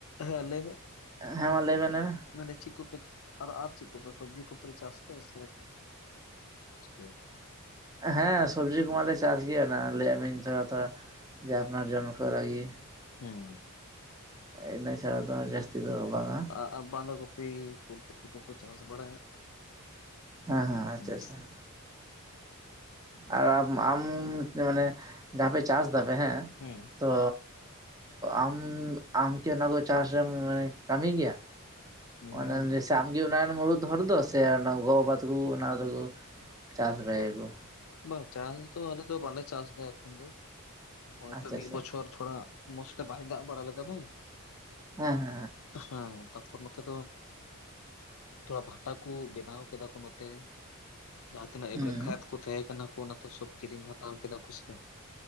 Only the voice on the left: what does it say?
ᱦᱮ ᱞᱟᱹᱭᱢᱮ
ᱢᱟᱱᱮ ᱪᱮᱫ ᱠᱚᱯᱮ ᱟᱨ ᱟᱨ ᱪᱮᱫ ᱠᱚᱯᱮ ᱥᱚᱵᱡᱤ ᱠᱚᱯᱮ ᱪᱟᱥ ᱛᱟᱸᱦᱮᱡ ᱥᱮ <inaudible>
ᱦᱩᱸ᱾
ᱟᱨ ᱵᱟᱸᱫᱟ ᱠᱚᱯᱤ ᱯᱷᱩᱞ ᱠᱚᱯᱤ ᱠᱚᱠᱚ ᱪᱟᱥ ᱵᱟᱲᱟᱭᱟ,
ᱦᱩᱸ
ᱦᱩᱸ
ᱦᱩᱸ
ᱵᱟᱝ ᱪᱟᱥ ᱫᱚ ᱟᱞᱮ ᱫᱚ ᱵᱟᱞᱮ ᱪᱟᱥ ᱮᱫᱟ ᱮᱠᱷᱚᱱ ᱫᱚ, ᱦᱚᱭᱛᱚ
ᱢᱤᱫ
ᱵᱚᱪᱷᱚᱨ ᱛᱷᱚᱲᱟ ᱢᱚᱥᱛᱮ ᱵᱟᱭ ᱫᱟᱜ ᱵᱟᱲᱟ ᱞᱮᱫᱟ ᱛᱚ
ᱦᱮᱸ ᱛᱟᱛᱯᱚᱨ ᱱᱚᱛᱮ ᱫᱚ ᱛᱷᱚᱲᱟ ᱵᱷᱟᱴᱟ ᱠᱚ ᱵᱮᱱᱟᱣ ᱠᱮᱫᱟ ᱠᱚ ᱱᱚᱛᱮ ᱡᱟᱦᱟᱸᱛᱤᱱᱟᱹᱜ
ᱮᱼᱵᱟᱨᱮ ᱠᱷᱟᱫ ᱠᱚ <unintelligible> ᱠᱚ ᱚᱱᱟᱛᱮ ᱥᱚᱵ ᱠᱤᱨᱤᱧ ᱦᱟᱛᱟᱣ ᱠᱮᱫᱟ ᱠᱚ ᱥᱮ